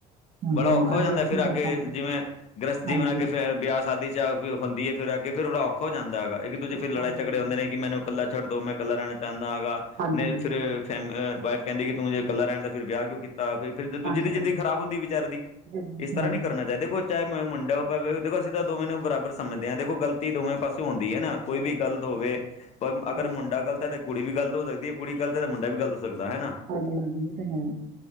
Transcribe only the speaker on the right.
ਹੂੰ-ਹੂੰ
ਅਡਜਸਟ
ਨਹੀਂ ਕਰ
ਪਾਂਦੇ
ਹਾਂਜੀ।
ਔਖਾ
ਹੋ ਜਾਂਦਾ
ਹਾਂਜੀ-ਹਾਂਜੀ,
ਹਾਂਜੀ-ਹਾਂਜੀ।
ਹਾਂਜੀ-ਹਾਂਜੀ।
ਹਾਂਜੀ-ਹਾਂਜੀ
ਬਹੁਤ
ਮੁਸ਼ਕਿਲ
ਹੁੰਦਾ
ਹਾਂਜੀ।
ਹਾਂਜੀ-ਹਾਂਜੀ ਇਹ ਤਾਂ ਹੈ